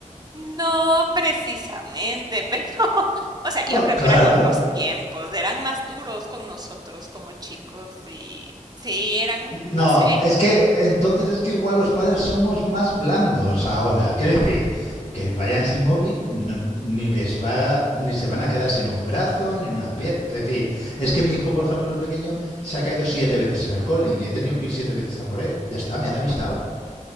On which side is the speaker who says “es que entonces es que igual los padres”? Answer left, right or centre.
Left